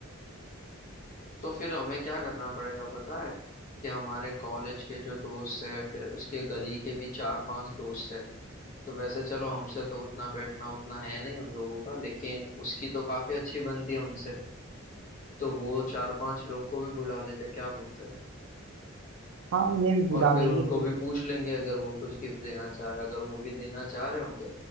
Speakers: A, on the left; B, on the right.
A: तो फिर हमें क्या करना पड़ेगा पता है कि हमारे कॉलेज के जो दोस्त है फिर उसके गली के भी चार पांच दोस्त है तो वैसे चलो हमसे तो उतना बैठना उतना है नहीं उन लोगों का लेकिन उसकी तो काफी अच्छी बनती है उनसे तो वो चार पांच लोग को भी बुला लेते हैं क्या बोलते हैं
B: हैं हाँ उन्हें भी बुला
A: और फिर
B: देंगे
A: उनको
B: फिर
A: भी पूछ लेंगे अगर वो कुछ गिफ्ट देना चाहे अगर वो भी देना चाह रहे होंगे